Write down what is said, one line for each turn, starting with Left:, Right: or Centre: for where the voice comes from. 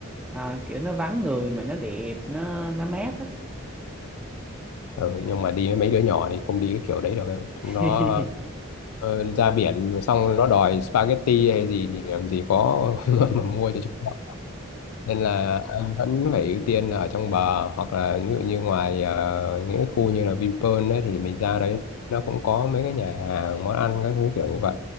Centre: à, kiểu nó vắng người mà nó đẹp nó nó mát á
Left: ừ, nhưng mà đi với mấy đứa nhỏ thì không đi cái kiểu đấy được em
Centre: <laughs>
Left: chúng nó ờ, ra biển xong nó đòi spaghetti hay gì thì làm gì có <laughs> mà mua cho chúng nó nên là anh vẫn phải ưu tiên là ở trong bờ hoặc là ví dụ như ngoài ờ, những cái khu như là Vinpearl đấy thì mình ra đấy nó cũng có mấy cái nhà hàng món ăn các thứ kiểu như vậy